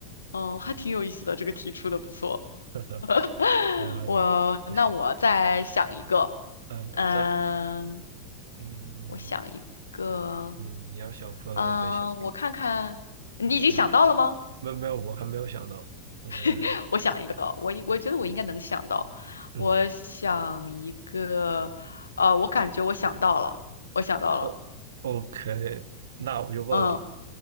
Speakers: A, on the left; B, on the right.
A: 嗯，
B: 嗯，
A: 还挺有意思的，这个题出的不错。
B: <laughs> 呵呵，
A: <laughs>
B: 呃，
A: 我那我再想一个，
B: 我想呃，
A: 嗯，
B: 咱，嗯
A: 我想一个。
B: 嗯，你要想不出来，
A: 嗯，
B: 我也可以想。
A: 我看看，你已经想到了吗？
B: 嗯，没有没有，我还没有想到。我在
A: <laughs> 我想一个，我应我觉得我应该能想到。
B: 嗯
A: 我想一个，呃，我感觉我想到了，我想到了。
B: 哦 OK，那我就问了。
A: 嗯